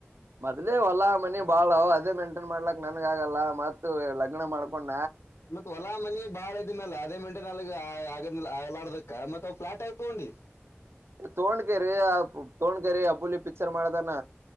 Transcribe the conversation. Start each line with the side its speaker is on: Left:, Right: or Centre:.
Right: ಮೊದ್ಲೇ ಹೊಲ್ಲಾ ಮನ. ಬಾಳ ಅದೇ ಮೇಂಟೈನ್ ಮಾಡ್ಲಕ್ ನನಗ ಆಗಲ್ಲ ಮತ್ತ ಲಗ್ನ ಮಾಡ್ಕೊಂಡು.
Left: ಮತ್ತತ್ ಹೊಲಾ ಮನೀ ಬಾಳ. ಮೇ ಅದೇ ಮಂಟೆ ನಾಲ ಆಗ ಆಲ ಆಡ್ಬೇಕ ಮತ್ತತ್ ಅವ ಫ್ಲಾಟ್ ಆಗ ತಗೊಂಡಿ.
Right: ತಗೊಣ್ತೀನಿ ಆ ತಗೊಣ್ತೀನಿ ಅಪ್ಪುಲಿ ಪಿಕ್ಚರ್ ಮಾಡದಾನ